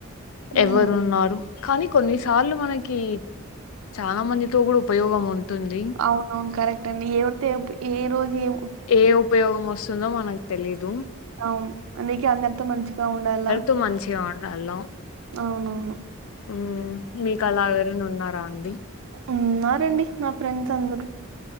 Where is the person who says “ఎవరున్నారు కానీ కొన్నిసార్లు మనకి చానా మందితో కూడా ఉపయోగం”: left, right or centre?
Left